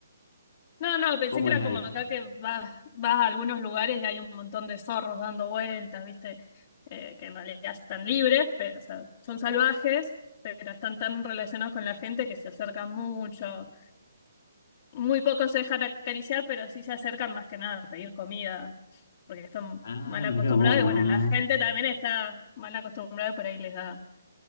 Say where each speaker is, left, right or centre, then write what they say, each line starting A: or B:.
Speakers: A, on the left; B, on the left.
A: No, no, pensé
B: ¿Cómo
A: que
B: es
A: era
B: ahí?
A: como acá que vas, vas a algunos lugares y hay un montón de zorros dando vueltas, ¿viste? Eh, que en realidad están libres, pero, o sea, son salvajes, pero están tan relacionados con la gente que se acercan mucho. Muy pocos se dejan acariciar, pero sí se acercan más que nada a pedir comida, porque están
B: Ah,
A: mal
B: mira
A: acostumbrados.
B: vos, no,
A: Y bueno, la
B: no, no.
A: gente también está mal acostumbrada y por ahí les da